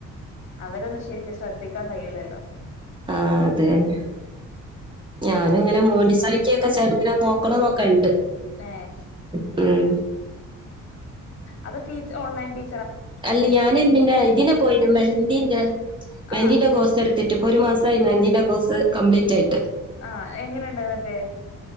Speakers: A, on the left; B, on the right.
A: അവരൊന്നു ശെരിക്ക് ശ്രദ്ധിക്കാൻ കഴിയ്യൂലല്ലോ.
B: ആ അത് ന്നെ. ഞാനുംങ്ങനെ മോണ്ടിസറിക്കെക്കെ ചേർന്ന് ഇങ്ങനെ നോക്കണോ ന്നൊക്കെണ്ട്.
A: ഏ
B: ഉം
A: അത് ടീച് ഓൺലൈൻ ടീ
B: അല്ല ഞാനും പിന്നെ ഇതിനെ പോയിനു മെഹന്ദീന്റെ മെഹന്ദീന്റെ
A: ആഹ്
B: കോസ് എട് ത്ത്ട്ട്പ്പോ ഒരു മാസംആയി മെഹന്തിന്റെ കോഴ്സ് കംപ്ലീറ്റ് ആയിട്ട്.
A: ആ എങ്ങനുണ്ട് എന്നിട്ട്?